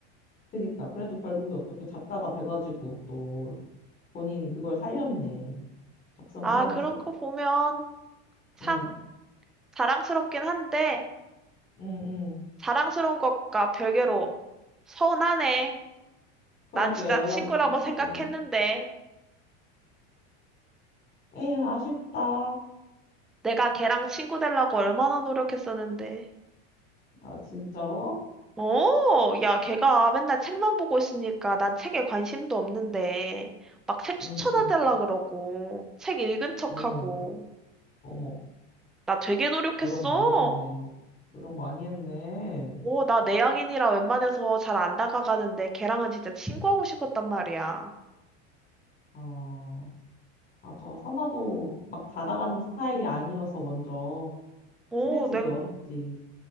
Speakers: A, on the left; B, in the centre.
A: 그니까. 그래도 결국에 어떻게 작가가 돼가지고 또 본인 그걸 살렸네. 적성을
B: 아,
A: 살렸어.
B: 그런 거 보면 참
A: 응,
B: 자랑스럽긴 한데
A: 응, 응.
B: 자랑스러운 것과 별개로 서운하네.
A: 그러게
B: 난 진짜
A: 연락이
B: 친구라고
A: 끊기고.
B: 생각했는데
A: 에휴, 아쉽다.
B: 내가 걔랑 친구 되려고 얼마나 노력했었는데.
A: 아, 진짜로?
B: 어, 야, 걔가 맨날 책만 보고 있으니까 난 책에 관심도 없는데, 막 책 추천해달라
A: 응, 응.
B: 그러고, 책 읽은 척하고,
A: 어머머, 어머.
B: 나 되게 노력했어.
A: 노력 많이 했네. 노력 많이 했네.
B: 어, 나 내향인이라 웬만해서 잘 안 다가가는데 걔랑은 진짜 친구하고 싶었단 말이야.
A: 아, 맞아. 선아도 막 다가가는 스타일이 아니어서 먼저
B: 어,
A: 친해지기
B: 내가,
A: 어렵지.